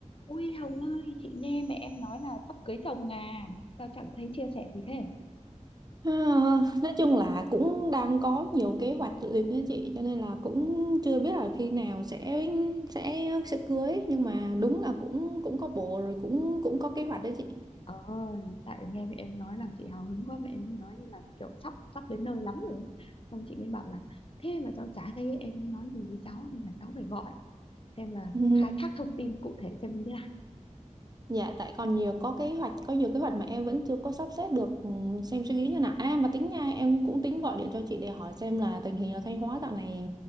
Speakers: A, on the left; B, on the right.
A: Ui Hồng ơi, chị nghe mẹ em nói là sắp cưới chồng à, sao chẳng thấy chia sẻ gì thế?
B: À, nói chung là cũng đang có nhiều kế hoạch dự định đó chị cho nên là cũng chưa biết là khi nào sẽ sẽ sẽ cưới nhưng mà đúng là cũng cũng có bồ rồi cũng cũng có kế hoạch đó chị <laughs>
A: Ờ, tại nghe mẹ em nói làm chị hào hứng quá mẹ em nói như là kiểu sắp sắp đến nơi lắm rồi ấy. Xong chị mới bảo là thế mà cháu chả thấy em mới nói gì với cháu nên là cháu phải gọi xem là
B: Ừ.
A: khai thác thông tin cụ thể xem như thế nào
B: dạ tại còn nhiều có kế hoạch có nhiều kế hoạch mà em vẫn chưa có sắp xếp được ừ, xem suy nghĩ như nào à mà tính nha em cũng tính gọi điện cho chị để hỏi xem là tình hình ở Thanh Hóa dạo này